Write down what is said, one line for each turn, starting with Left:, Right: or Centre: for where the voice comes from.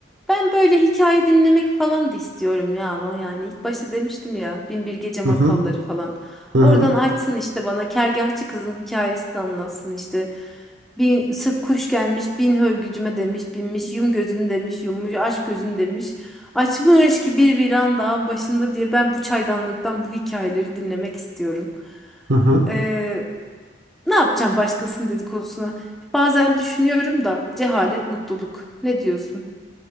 Centre: ben böyle hikaye dinlemek falan da istiyorum ya ama yani ilk başta demiştim ya Bin Bir Gece masalları
Right: Hı hı.
Centre: falan.
Right: Hı
Centre: Oradan
Right: hı.
Centre: açsın işte bana kergahçı kızın hikayesini anlatsın işte. Bin Sırp kuş gelmiş bin hörgücüme demiş binmiş yum gözünü demiş yummuş aç gözünü demiş. Açmış ki bir viran dağın başında diye ben bu çaydanlıktan bu hikayeleri dinlemek istiyorum.
Right: Hı hı.
Centre: Ee, ne yapacağım başkasının dedikodusuna? Bazen düşünüyorum da cehalet mutluluk. Ne diyorsun?